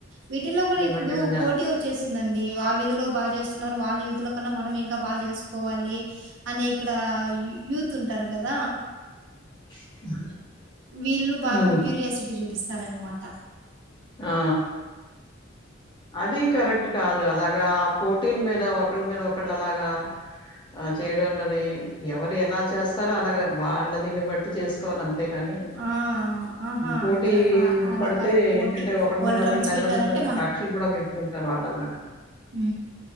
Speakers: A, on the right; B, on the left.
A: విటిల్లో గుడ
B: నిమజ్జనం
A: ఇప్పుడు
B: చేస్
A: పోటి వచ్చేస్తుందండి ఆ విధిలొ బా చేస్తున్నారు వాళ్ళ ఇధులో మొన్న మనం ఇంక్ ఇంక బా చేసుకోవాలి అని ఇక్కడ యూత్ ఉంటారు గద
B: <inaudible>
A: వీళ్ళు బాగ
B: హ్మ్.
A: క్యూరియాసిటీ చూపిస్తరన్మాట
B: ఆ అది కరెక్ క్ట్ కాద్ అలాగా ఆ పోటీల మీద ఒకళ్ మీద ఒకళ్ అలాగా ఆ చేయడంలొది ఎవరు ఎలా చేస్తారో అలాగ వాళ్ళదిని బట్టి చేసుకోవాలం తే గని
A: ఆ ఆహా
B: పోటీ
A: ఇక్కడ ఆ అలా
B: పడితే
A: కాదు పోటీ
B: తింటే ఒకళ్
A: వాళ్ళు
B: మీద
A: డ్రమ్స్
B: ఒకళ్ నెమ్మది
A: పెట్టారంటే
B: నెమ్మదిగా కక్షలు గుడ పెంచుకుంటరు వాళ్ళలాగా
A: ఊ